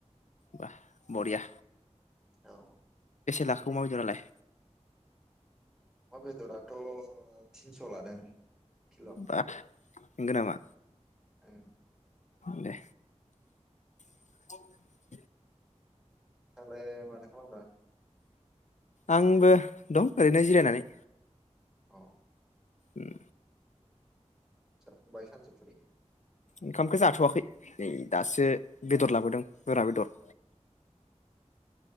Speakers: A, on the left; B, in the centre.
A: बा बरिया
B: औ
A: लाखो अमा बेदरालाय
B: अमा बेदराथ' थिनस' लादों किल'
A: बा नोंगोनामा
B: उम
A: दे <inaudible>
B: दालाय माथो खालामदो
A: आंबो दं ओरैनो जिरायनानै
B: अ
A: उम
B: जाखांबाय सानजुफुनि
A: ओंखामखौ जाथ'वाखै नै दासो बेदर लाबोदों बोरा बेदर।